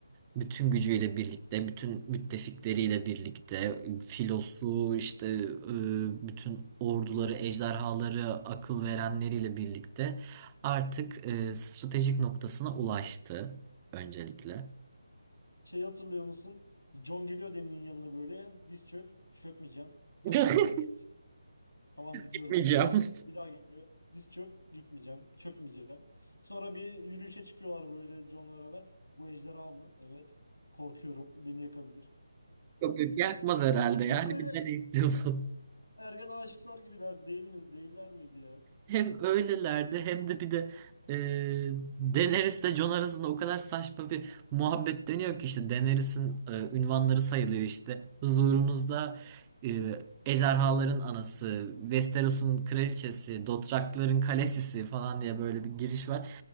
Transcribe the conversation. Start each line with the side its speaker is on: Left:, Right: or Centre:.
Right: bütün gücüyle birlikte, bütün müttefikleriyle birlikte, filosu, işte e, bütün orduları, ejderhaları, akıl verenleriyle birlikte artık e, stratejik noktasına ulaştı öncelikle.
Left: Şey hatırlıyor musun? John geliyor Deni'nin yanına böyle. Diz çök. Çökmeyeceğim. Tamam
Right: <laughs>
Left: o zaman git. Tamam gidiyorum
Right: Yakmayacağım.
Left: ben. Bir daha geliyor. Diz çök. Gitmeyeceğim. Çökmeyeceğim. Sonra bir yürüyüşe çıkıyorlar böyle John'la beraber. Bu ejderha mı? Evet. Korkuyorum. Beni yakabilir.
Right: Yok yok yakmaz herhalde
Left: Çok
Right: yani
Left: böyle
Right: bir dene istiyorsan.
Left: ergen aşıklar gibiler değil mi? Değiller miydi ya?
Right: Hem öylelerdi hem de bir de e, Daenerys ile Jon arasında o kadar saçma bir muhabbet dönüyor ki işte Daenerys'in e, ünvanları sayılıyor işte. Huzurunuzda e, ejderhaların anası, Westeros'un kraliçesi, Dothrakların kalesisi falan diye böyle bir giriş var.